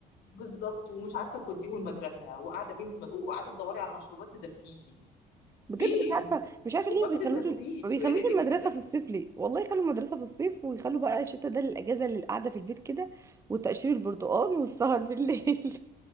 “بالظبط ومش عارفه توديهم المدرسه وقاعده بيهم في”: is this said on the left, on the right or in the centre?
Left